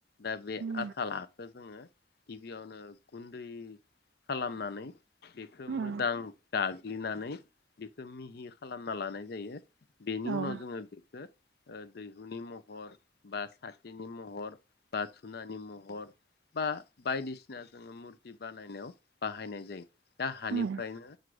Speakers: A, on the left; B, on the right.
A: दा बे
B: उम औ उम औ उम औ उम औ उम
A: आथलाखौ जोङो गिबियावनो गुन्दै खालामनानै बेखौ
B: उम
A: मोजां गाग्लिनानै बेखौ मिहि खालामना लानो हानाय जायो बेनि
B: औ
A: उनाव जोङो बेखौ दैहुनि महर बा साथिनि महर बाथुनानि महर बा बायदिसिना जोङो मुरथि बानायनायाव बाहायनाय जायो दा हानिफ्रायनो।
B: उम